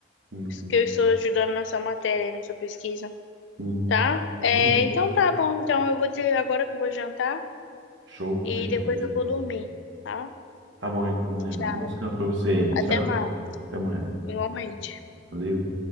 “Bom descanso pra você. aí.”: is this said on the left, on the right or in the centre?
Right